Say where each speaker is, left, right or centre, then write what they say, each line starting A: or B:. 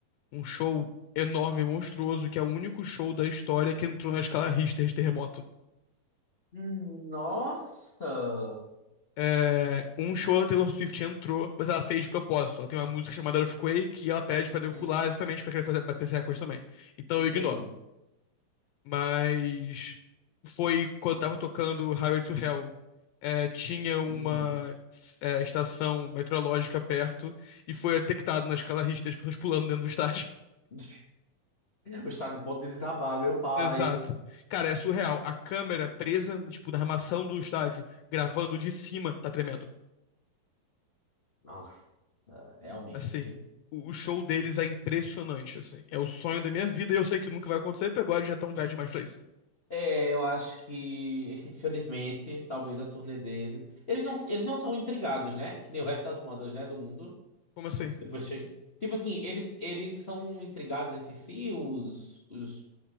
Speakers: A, on the left; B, on the left.
A: Um show enorme, monstruoso, que é o único show da história que entrou na escala Richter de terremoto.
B: Nossa!
A: É, um show da Taylor Swift entrou, mas ela fez de propósito. Ela tem uma música chamada Earthquake e ela pede
B: Uhum.
A: pra nego pular exatamente pra querer fazer, bater esse recorde também. Então
B: Entendi.
A: eu ignoro. Mas foi quando tava tocando Highway to Hell. é, tinha uma
B: Uhum.
A: é, estação meteorológica perto e foi detectado na escala Richter as pessoas pulando dentro do estádio.
B: <laughs> O estado de ponto de desabar, meu
A: <laughs>
B: pai.
A: Exato. Cara, é surreal. A câmera presa, tipo, na armação do estádio, gravando de cima, tá tremendo.
B: Nossa, realmente.
A: Assim, o, o show deles é impressionante, assim. É o sonho da minha vida e eu sei que nunca vai acontecer, porque agora eles já tão velhos demais pra isso.
B: É, eu acho que, <laughs> infelizmente, talvez a turnê deles. Eles não, eles não são intrigados, né? Que nem o resto das bandas, né? Do mundo.
A: Como assim?
B: Depois chega. Tipo assim, eles, eles são intrigados entre si, os, os,